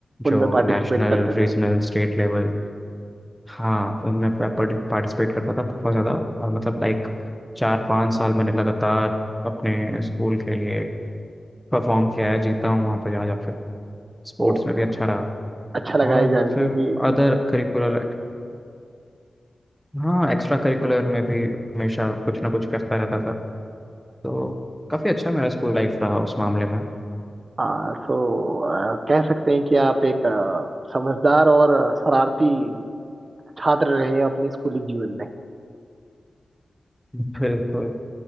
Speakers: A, on the right (about 45°); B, in the centre.
A: उनमें
B: जो
A: पार्टिसिपेट
B: नेशनल
A: करते
B: रीजनल
A: थे
B: स्टेट लेवल हाँ उनमें मैं पार्टिसिपेट करता था बहुत ज़्यादा और मतलब लाइक चार पाँच साल मैंने लगातार अपने स्कूल के लिए परफॉर्म किया है जीता हूँ वहाँ पर जा जाकर स्पोर्ट्स
A: ओ
B: में भी अच्छा रहा
A: अच्छा लगा
B: और
A: ये जान के
B: फिर
A: कि
B: अदर करिकुलर हाँ एक्स्ट्रा करिकुलर में भी हमेशा कुछ ना कुछ करता रहता था तो काफ़ी अच्छा मेरा स्कूल लाइफ रहा उस मामले में
A: अच्छा सो कह सकते हैं कि आप एक आ, समझदार और शरारती छात्र रहे हैं अपने स्कूली जीवन में
B: बिल्कुल